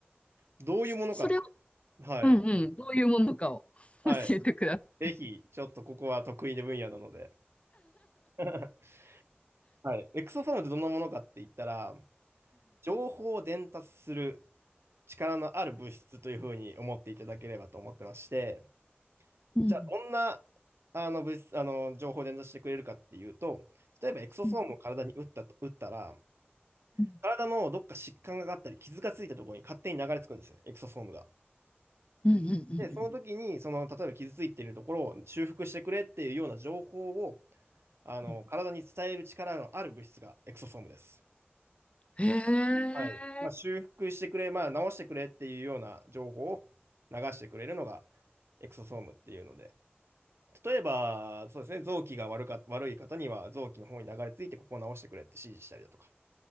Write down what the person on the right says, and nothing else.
どういうものかって。
はい。
はい。
ぜひ、ちょっとここは得意な分野なので。<laughs> はい。エクソソームってどんなものかって言ったら、情報を伝達する力のある物質というふうに思っていただければと思ってまして、
じゃあ、どんな、あの物質、あの、情報を伝達してくれるかっていうと、例えばエクソソームを体に打ったと、
打ったら、
体のどっか疾患があったり、傷がついたところに勝手に流れ着くんですよ、エクソソームが。
で、その時に、その、例えば傷ついているところを修復してくれっていうような情報をあの、
体に伝える力のある物質がエクソソームです。
はい。まあ、修復してくれ、まあ、直してくれっていうような情報を流してくれるのがエクソソームっていうので、例えば、そうですね、臓器が悪か、悪い方には臓器の方に流れ着いてここを直してくれって指示したりだとか、